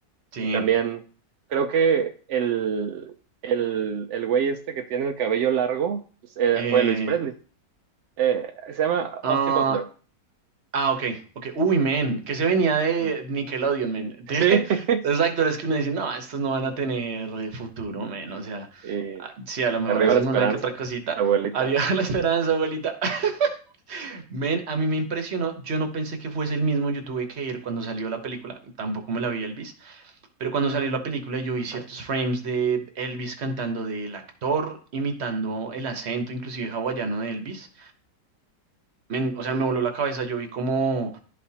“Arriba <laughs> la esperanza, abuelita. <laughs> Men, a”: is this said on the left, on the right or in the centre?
Right